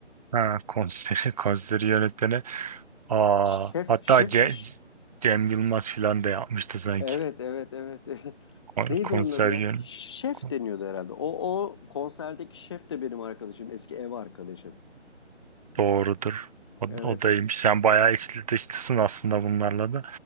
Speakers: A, on the right; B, on the left.
A: Ha, konseri, <laughs> konseri yönetmeni. Aa,
B: Şef
A: hatta
B: şefmiş.
A: Ce- Cem Yılmaz filan da yapmıştı sanki.
B: Evet evet evet. <laughs>
A: Kon-
B: Neydi
A: Konsergen
B: onun adı ya? Şef
A: kon-
B: deniyordu herhalde. O o konserdeki şef de benim arkadaşım, eski ev arkadaşım.
A: doğrudur. O,
B: Evet.
A: o daymış. Sen bayağı içli dışlısın aslında bunlarla da.